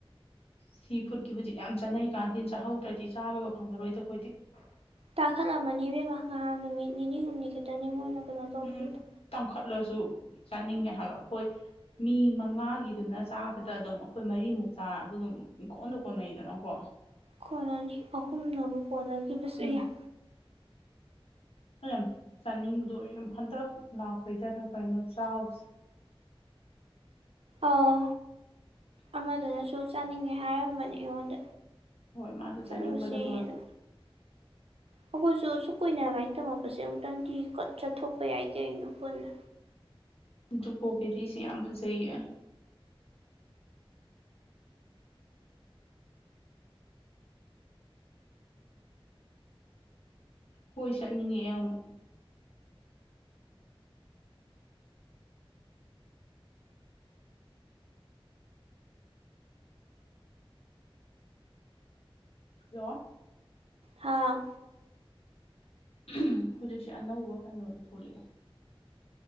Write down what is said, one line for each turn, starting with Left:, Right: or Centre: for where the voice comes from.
Left: ꯁꯤ ꯐꯨꯗꯀꯤ ꯍꯧꯖꯤꯛ ꯌꯥꯝ ꯆꯥꯅꯩ ꯀꯥꯟꯗꯤ ꯆꯥꯍꯧꯗ꯭ꯔꯗꯤ ꯆꯥꯕꯒ ꯐꯪꯉꯔꯣꯏꯗꯣ ꯑꯩꯗꯤ ꯏꯖꯤꯛ
Right: ꯇꯥꯈꯠꯂꯝꯃꯅꯤ ꯏꯕꯦꯝ ꯃꯈꯥ ꯅꯨꯃꯤꯠ ꯅꯤꯅꯤ ꯍꯨꯝꯅꯤ ꯈꯛꯇꯅꯦ ꯃꯣꯏꯅ ꯀꯩꯅꯣ ꯇꯧꯕꯗ
Left: ꯎꯝ ꯇꯥꯡꯈꯠꯂꯁꯨ ꯆꯥꯅꯤꯡꯉꯦ ꯍꯥꯏꯕ ꯑꯩꯈꯣꯏ ꯃꯤ ꯃꯉꯥꯒꯤꯗꯨꯅ ꯆꯥꯕꯗ ꯑꯗꯨꯝ ꯑꯩꯈꯣꯏ ꯃꯔꯤꯃꯨꯛ ꯆꯥꯔꯁꯨ ꯑꯗꯨꯝ ꯏꯪꯀꯣꯟꯗ ꯀꯣꯟꯅꯩꯗꯅꯀꯣ
Right: ꯀꯣꯟꯅꯅꯤ ꯑꯍꯨꯝꯅꯕꯨ ꯀꯣꯟꯅꯈꯤꯕꯁꯨ
Left: ꯎꯝ
Right: ꯌꯥꯏ
Left: ꯌꯥꯝ ꯆꯥꯅꯤꯡꯕꯗꯣ ꯍꯟꯇꯛ ꯂꯥꯛꯄꯩꯗꯔ ꯀꯩꯅꯣ ꯆꯥꯎꯁꯦ
Right: ꯑꯥꯎ ꯑꯃꯗꯨꯅꯁꯨ ꯆꯥꯅꯤꯡꯉꯦ ꯍꯥꯏꯔꯝꯕꯅꯦ ꯑꯩꯉꯣꯟꯗ
Left: ꯍꯣꯏ ꯃꯥꯁꯨ
Right: ꯆꯠꯂꯨꯁꯦꯅ
Left: ꯆꯥꯅꯤꯡꯕꯗ ꯂꯣꯏ
Right: ꯑꯩꯈꯣꯏꯁꯨ ꯑꯁꯨꯛ ꯀꯨꯏꯅ ꯂꯥꯏꯔꯤꯛ ꯇꯝꯃꯛꯄꯁꯦ ꯑꯃꯨꯛꯇꯪꯗꯤ ꯆꯠꯊꯣꯛꯄ ꯌꯥꯏꯗꯦ ꯑꯩꯅ ꯄꯨꯟꯅ
Left: ꯨꯀꯣꯕꯦꯔꯤꯁꯤ ꯌꯥꯝ ꯐꯖꯩꯌꯦ ꯀꯣꯏ ꯆꯠꯅꯤꯡꯉꯛꯑꯦ ꯑꯃꯨꯛ ꯍꯜꯂꯣ
Right: ꯍꯥꯥ
Left: <unintelligible> ꯍꯧꯖꯤꯛꯁꯦ ꯑꯅꯧꯕ ꯀꯩꯅꯣꯁꯨ ꯊꯣꯛꯂꯛꯑꯦ